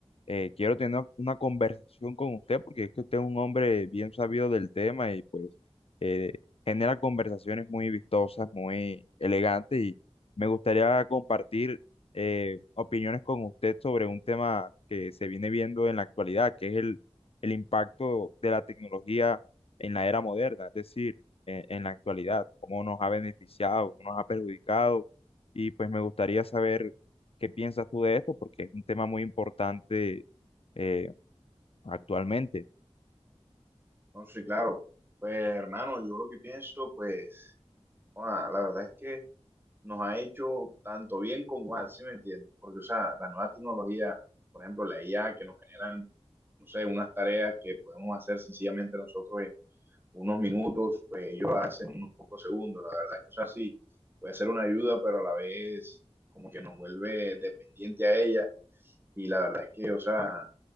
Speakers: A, on the left (about 60°); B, on the right (about 20°).
A: eh, quiero tener una conversación con usted, porque es que usted es un hombre bien sabido del tema y pues eh, genera conversaciones muy vistosas, muy elegantes. Y me gustaría compartir eh, opiniones con usted sobre un tema que se viene viendo en la actualidad, que es el, el impacto de la tecnología en la era moderna. Es decir, en, en la actualidad, cómo nos ha beneficiado, cómo nos ha perjudicado. Y pues me gustaría saber qué piensas tú de esto, porque es un tema muy importante eh, actualmente.
B: No, sí, claro. Pues, hermano, yo lo que pienso, pues, ah, la verdad es que nos ha hecho tanto bien como mal, ¿sí me entiendes? Porque, o sea, las nuevas tecnologías, por ejemplo, la IA que nos generan, no sé, unas tareas que podemos hacer sencillamente nosotros en unos minutos, pues ellos hacen unos pocos segundos. La verdad es que, o sea, sí, puede ser una ayuda, pero a la vez como que nos vuelve dependiente a ella Y la verdad es que, o sea,